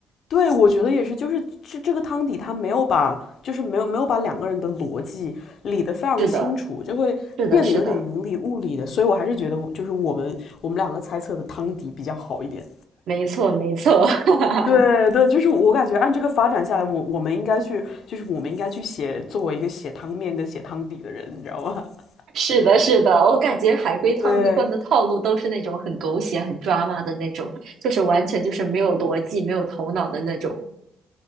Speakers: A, on the left; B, on the right.
A: 对，我觉得也是，就是这这个汤底他没有把，就是没有没有把两个人的逻辑理得非常清楚，
B: 是的，
A: 就会变得有点云里雾里的，
B: 是的，是的，
A: 所以我还是觉得我就是我们我们两个猜测的汤底比较好一点。
B: 没错，没错。<laughs>
A: 对对，就是我感觉按这个发展下来，我我们应该去，就是我们应该去写作为一个写汤面跟写汤底的人，你知道吗？<laughs>
B: 是的，是的，我感觉海龟汤一贯的套路都是那种很狗血、
A: 对
B: 很抓马的那种，就是完全就是没有逻辑、没有头脑的那种。